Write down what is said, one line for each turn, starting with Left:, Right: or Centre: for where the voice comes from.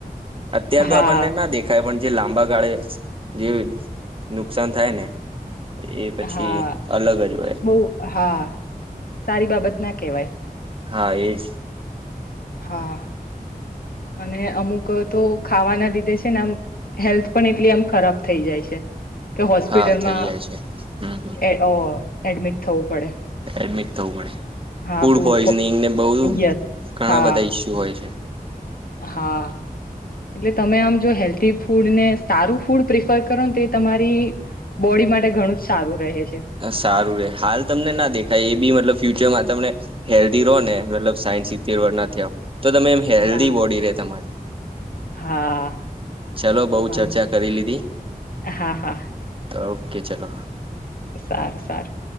Right: અત્યાર
Left: હા
Right: તો આપણને ના દેખાય પણ જે લાંબા ગાળે જે નુકસાન થાય ને એ પછી
Left: હા
Right: અલગ જ હોય.
Left: બહુ હા, સારી બાબત ના કેવાય.
Right: હા, એજ.
Left: હા. અને અમુક તો ખાવાના લીધે છે ને આમ હેલ્થ પણ એટલી આમ ખરાબ થઈ જાય છે કે હોસ્પિટલમાં
Right: હા થઈ જાય છે હમ હમ
Left: એ ઓ એડમિટ થવું પડે.
Right: એડમિટ થવું પડે.
Left: હા
Right: ફૂડ
Left: પૂર
Right: પોઈઝનિંગ ને બહુ
Left: યસ
Right: ઘણા
Left: હા
Right: બધા ઈસ્યુ હોય છે.
Left: હા. એટલે તમે આમ જો હેલ્ધી ફૂડને સારું ફૂડ પ્રિફર કરો ને તો તમારી બોડી માટે ઘણું જ સારું રહે છે.
Right: સારું રે હાલ તમને ના દેખાય એ બી મતલબ ફ્યુચરમાં તમે હેલ્ધી રહો ને મતલબ સાયન્સ સિતેર વર ના ત્યાં તો તમે એમ હેલ્ધી
Left: હા
Right: બોડી રે તમારી.
Left: હા.
Right: ચલો બઉુ
Left: વાંધો
Right: ચર્ચા કરી લીધી.
Left: હા હા
Right: ઓકે, ચલો.
Left: સારું સારું.